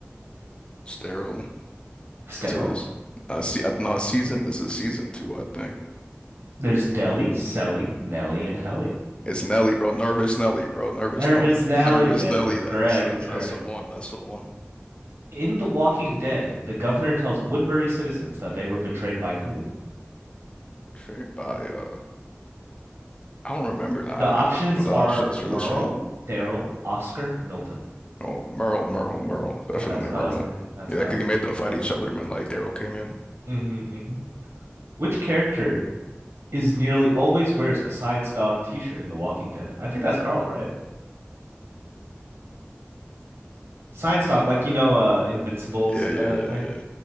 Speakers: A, on the left; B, on the right.
A: Sterile.
B: Sterile?
A: This is uh, see, uh, no, season. This is season two, I think.
B: There's Deli, Selly, Nelly, and Helly.
A: It's Nelly, bro. Nervous Nelly, bro. Nervous
B: Nervous
A: Nelly.
B: Nelly.
A: Nervous
B: Yes,
A: Nelly.
B: it's
A: That-
B: correct.
A: That's that's
B: It's correct.
A: that's the one. That's the one.
B: In The Walking Dead, the governor tells Woodbury citizens that they were betrayed by whom?
A: Portrayed by uh, I don't remember. Ah,
B: The options
A: man, what the
B: are
A: options
B: Merle,
A: for this one?
B: Daryl, Oscar, Milton.
A: Oh, Merle, Merle, Merle. Definitely
B: Uh, That's what
A: Merle.
B: I was thinking. That's
A: Yeah,
B: what
A: because
B: I was
A: he made them fight each other, man. Like Daryl came in.
B: thinking. hmm hmm Which character is nearly always wears a science dog t-shirt in The Walking Dead? I think that's Carl, right? Science dog, like you know, uh, Invincible's
A: Yeah, yeah,
B: uh
A: yeah,
B: thing.
A: yeah.